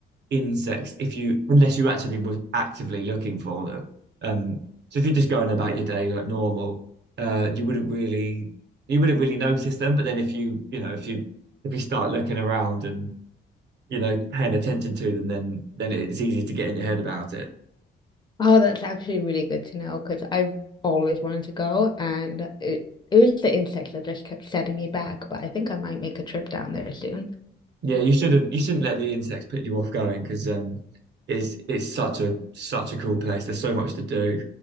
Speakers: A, on the right (about 60°); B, on the left (about 25°).
A: insects if you unless you actually were actively looking for them. Um, so if you're just going about your day like normal, uh, you wouldn't really you wouldn't really notice them. But then if you you know if you if you start looking around and you know paying attention to them, then then it's easy to get in your head about it.
B: Oh, that's actually really good to know because I've always wanted to go, and it, it was the insects that just kept setting me back, but I think I might make a trip down there soon.
A: Yeah, you shouldn't you shouldn't let the insects put you off going because um it's it's such a such a cool place. There's so much to do.